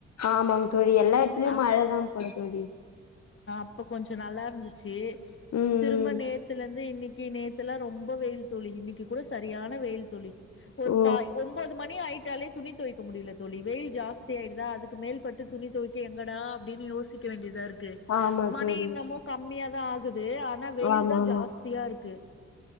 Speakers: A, on the left; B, on the left.
A: ஆமா தோழி எல்லா எடத்துலயும்
B: அப்
A: மழைதான் போல தோழி
B: இப்போ கொஞ்சம் நல்லா இருந்துச்சு
A: ம்
B: திரும்ப
A: ம்
B: நேத்துல இருந்து இன்னைக்கு தி நேத்தெல்லா ரொம்ப வெயில் தோழி இன்னைக்கு கூட சரியான வெயில் தோழி ஒரு
A: ஓ
B: பாய் ஒன்பது மணி ஆய்ட் ட்டாலே துணி தொவைக்க முடியல தோழி வெயில் ஜாஸ்தி ஆயிடுதா அதுக்கு மேல்பட்டு துணி தொவைக் எங்கடா அப்டின்னு யோசிக்க வேண்டியதா இருக்கு
A: ஆமா
B: மணி
A: தோழி
B: இன்னமு கம்மியா தா ஆகு து ஆனா வெயில்
A: ஆமா
B: தா
A: ஆமா
B: ஜாஸ்தியா இருக்கு